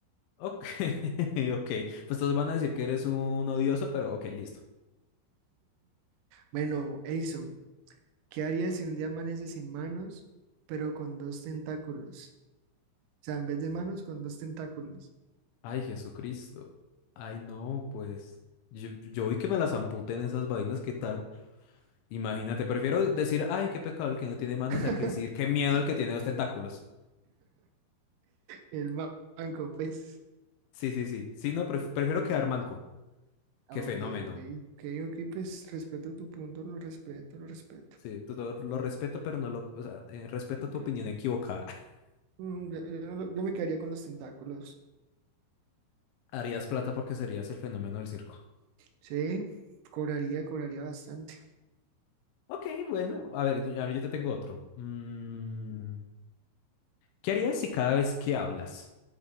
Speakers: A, on the left; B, on the right.
A: ok, <laughs> ok, pues todos van a decir que eres un odioso, pero ok, listo.
B: Bueno, Edison, ¿qué harías si un día amaneces sin manos, pero con dos tentáculos? O sea, en vez de manos, con dos tentáculos.
A: Ay, Jesucristo. Ay, no, pues. Yo, yo vi que me las amputen esas vainas, ¿qué tal? Imagínate, prefiero decir, ay, qué pecado el que no tiene manos,
B: <laughs>
A: a que decir, qué miedo el que tiene dos tentáculos.
B: El ba- banco, pues.
A: Sí, sí, sí. Sí, no, pref- prefiero quedar manco.
B: Ah,
A: Qué fenómeno.
B: ok, ok. Ok, ok, pues respeto tu punto, lo respeto, lo respeto.
A: Sí, tú todo lo respeto, pero no lo. O sea, eh, respeto tu
B: Pe-
A: opinión equivocada. <laughs>
B: mm, Yo, yo no lo- yo me quedaría con los tentáculos.
A: Harías plata porque serías el fenómeno del circo.
B: Sí, cobraría, cobraría bastante.
A: Ok, bueno, a ver, yo, a ver, yo te tengo otro. Mm. ¿Qué harías si cada vez que hablas,